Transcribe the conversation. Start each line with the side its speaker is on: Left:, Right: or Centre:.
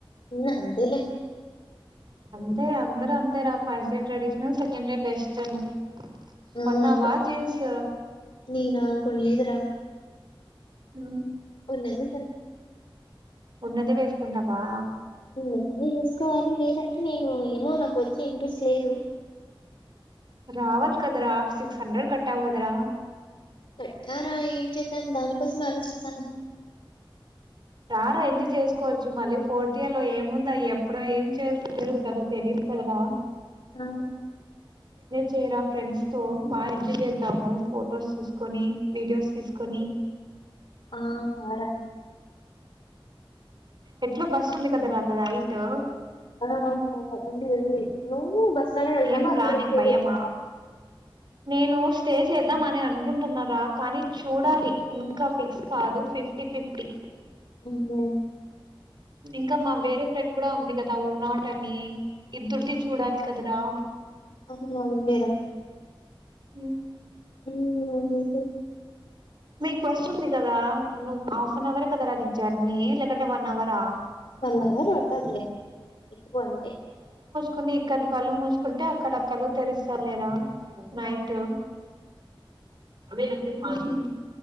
Left: ఉన్న అంతేలే
Right: అంతే అందరు అంతే రా first year traditional second year western
Left: ఆ!
Right: కొన్నావా
Left: అంతే.
Right: జీన్స్
Left: నేనా కొనలేదు రా
Right: మ్మ్
Left: ఉన్నద స
Right: ఉన్నదే వేసుకుంటావా?
Left: ఉన్నదిే వేసుకోవాలి లేదంటే నేను ఏమో నాకు వచ్చే ఇంట్రెస్ట్ లేదు
Right: రావాలి కదరా సిక్స్ హండ్రెడ్ కట్టావు కదరా
Left: అట్టారా ఏం చేద్దాం దానికోసం ఆలోచిస్తాన
Right: రారా ఎంజాయ్ చేసుకోవచ్చు మళ్ళీ పోటీయాలో ఏముంద ఎప్పుడో ఏం చే జరుగుతదో తెలీదు కదరా
Left: ఆ
Right: చేరా ఫ్రెండ్స్ తో బాగా ఎంజాయ్ చేద్దాము ఫొటోస్ తీసుకొని వీడియోస్ తీసుకొని
Left: ఆ ఆర
Right: ఎట్లో బస్సు ఉంది కదరా నైటు
Left: ఆ ఉంది ఉంది నువ్వు బస్ బస్ లోనే వెళ్తావా
Right: ఏం
Left: అక్కడే
Right: రా నీకు
Left: స్టే
Right: భయమా?
Left: చేస్తావా
Right: నేను స్టే చేద్దామ అని అనుకుంటున్నారా కానీ చూడాలి ఇంకా ఫిక్స్ కాదు ఫిఫ్టీ ఫిఫ్టీ
Left: హ్మ్
Right: ఇంకా మా వేరే ఫ్రెండ్ కూడా ఉంది కదా ఊ నాట అని ఇద్దరుది చూడాలి కదరా
Left: అవునవును లేరా
Right: హ్మ్
Left: ఏం రా నీకు
Right: మీకు బస్సు ఉంది కదా నువ్వు హాఫ్ అన్ అవరే కదరా నీ జర్నీ లేకంటే వన్ అవరా
Left: వన్ అవర్ పడతదిలే ఎక్కువ అంటే
Right: కొన్ని ఇక్కడి కళ్ళు మూసుకుంటే అక్కడ కళ్లు తెరుస్త లేరా నైటు అమి మహి